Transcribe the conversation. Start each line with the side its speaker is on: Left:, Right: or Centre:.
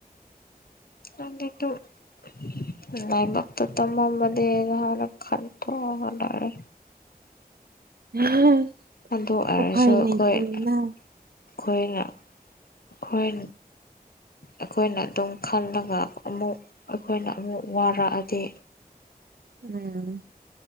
Left: <unintelligible> ꯂꯥꯏꯕꯛꯇ ꯇꯃꯝꯕꯅꯤꯅ ꯈꯟꯇꯣꯛꯑꯒ ꯂꯣꯏꯔꯦ
Right: <unintelligible>
Left: ꯑꯗꯨ ꯑꯣꯏꯔꯁꯨ
Right: ꯎꯐꯥꯏ
Left: ꯑꯩꯈꯣꯏ
Right: ꯂꯩꯇꯦꯅ
Left: ꯑꯩꯈꯣꯏꯅ ꯑꯩꯈꯣꯏ ꯑꯩꯈꯣꯏꯅ ꯑꯗꯨꯝ ꯈꯜꯂꯒ ꯑꯃꯨꯛ ꯑꯩꯈꯣꯏꯅ ꯑꯃꯨꯛ ꯋꯥꯔꯛꯑꯗꯤ
Right: ꯎꯝ